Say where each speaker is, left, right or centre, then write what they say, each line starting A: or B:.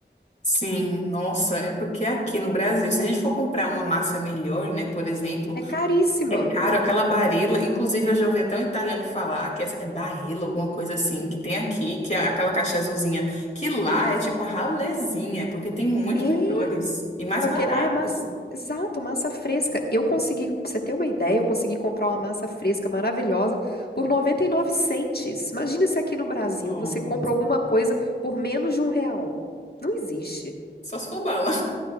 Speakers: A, on the left; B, on the left.
A: Sim, nossa, é porque aqui no Brasil, se a gente for comprar uma massa melhor, né, por exemplo,
B: É caríssima.
A: É caro, aquela Barilla. Inclusive, eu já ouvi até um italiano falar que essa, é Barilla, alguma coisa assim, que tem aqui, que é aquela caixa azulzinha, que lá é tipo a ralezinha, porque tem muito
B: É.
A: melhores e mais
B: Porque
A: baratas.
B: lá é massa. Exato, massa fresca. Eu consegui, pra você ter uma ideia, eu consegui comprar uma massa fresca maravilhosa por 99 centes. Imagina se aqui no Brasil
A: Nossa.
B: você compra alguma coisa por menos de um real. Não existe.
A: Só se for bala.